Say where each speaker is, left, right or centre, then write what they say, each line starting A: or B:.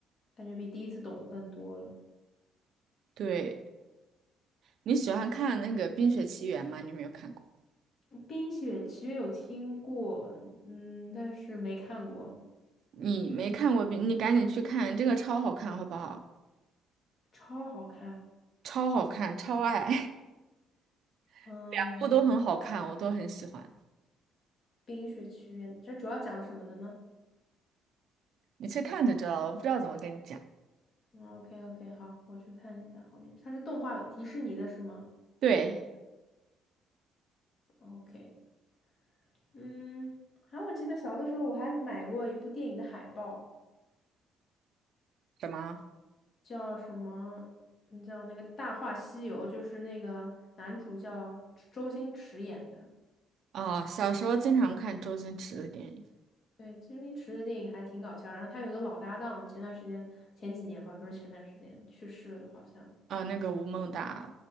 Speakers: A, on the left; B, on the right.
A: 感觉比第一次懂得更多了。
B: 对，你喜欢看那个《冰雪奇缘》吗？你有没有看过？
A: 嗯《冰雪奇缘》有听过，嗯，但是没看过，
B: 你没看过冰，你赶紧去看，这个超好看，好不好？
A: 超好看。
B: 超好看，超爱，<laughs>
A: 嗯，
B: 两部都很好看，我都很喜欢。
A: 《冰雪奇缘》这主要讲什么的呢？
B: 你去看就知道了，我不知道怎么跟你讲。
A: 嗯，OK OK，好，我去看一下后面。它是动画，迪士尼的是吗
B: 对，
A: ？OK，嗯，还、啊、我记得小的时候我还买过一部电影的海报。
B: 什么？
A: 叫什么？你叫那个《大话西游》，就是那个男主叫周星驰演的。
B: 啊？小时候经常看周星驰的电影，
A: 对，周星驰的电影还挺搞笑。然后他有一个老搭档，前段时间前几年吧，不是前段时间去世了，好像。
B: 啊、那个《吴孟达》